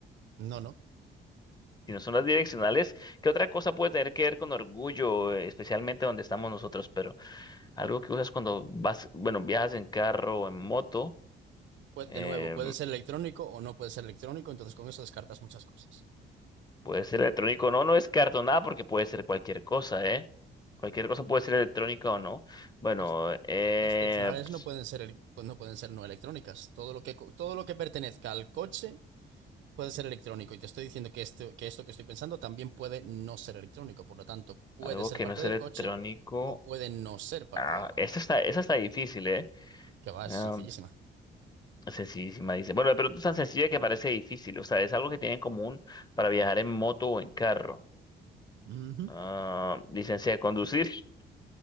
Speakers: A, on the right (about 70°); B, on the left (about 20°).
A: no, no.
B: Si no son las direccionales, ¿qué otra cosa puede tener que ver con orgullo, eh, especialmente donde estamos nosotros? Pero algo que usas cuando vas, bueno, viajas en carro o en moto.
A: Pues
B: Em,
A: de nuevo, puede ser electrónico o no puede ser electrónico, entonces con eso descartas muchas cosas.
B: puede ser electrónico, o no, no descarto nada porque puede ser cualquier cosa, ¿eh? Cualquier cosa puede ser electrónica o no. Bueno,
A: Las,
B: eh,
A: las direccionales
B: ps-
A: no pueden ser, el- pues no pueden ser no electrónicas. Todo lo que, co- todo lo que pertenezca al coche puede ser electrónico. Y te estoy diciendo que esto, que esto que estoy pensando también puede no ser electrónico. Por lo tanto, puede
B: algo
A: ser
B: que
A: parte
B: no es
A: del
B: electrónico.
A: coche o puede no ser parte
B: Ah,
A: del coche.
B: esta está, esa está difícil, ¿eh?
A: Que va, es
B: Ah,
A: sencillísima.
B: sencillísima, dice. Bueno, pero es tan sencilla que parece difícil. O sea, es algo que tienen en común para viajar en moto o en carro.
A: Ujú.
B: Ah, licencia de conducir.